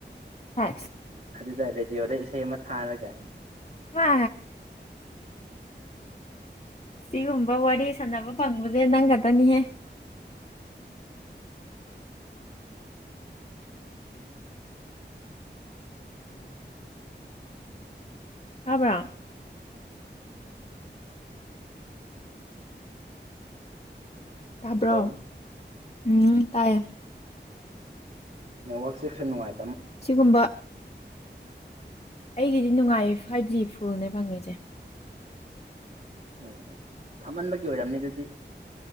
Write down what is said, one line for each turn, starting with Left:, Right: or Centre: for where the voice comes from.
Left: ꯍ
Right: ꯑꯗꯨꯗ ꯔꯦꯗꯤꯑꯣꯗ ꯏꯁꯩ ꯑꯃ ꯊꯥꯔꯒ
Left: ꯍ ꯁꯤꯒꯨꯝꯕ ꯋꯥꯔꯤ ꯁꯥꯟꯅꯕ ꯐꯪꯕꯁꯦ ꯅꯪ ꯈꯛꯇꯅꯤꯍꯦ ꯑꯕ ꯇꯥꯕ꯭ꯔꯣ
Right: ꯍꯜꯂꯣ
Left: ꯎꯝ ꯇꯥꯏ
Right: ꯅꯦꯠꯛ ꯁꯦꯁꯟ ꯅꯨꯡꯉꯥꯏ
Left: ꯁꯤꯒꯨꯝꯕ ꯑꯩꯒꯤꯗꯤ ꯅꯨꯡꯉꯥꯏꯌꯦ ꯐꯥꯏꯚ ꯖꯤ ꯐꯨꯜꯅꯦ ꯐꯪꯉꯁꯦ
Right: ꯎꯝ ꯎ ꯐꯝꯃꯟꯕꯒꯤ ꯑꯣꯏꯔꯝꯅꯤ ꯑꯗꯨꯗꯤ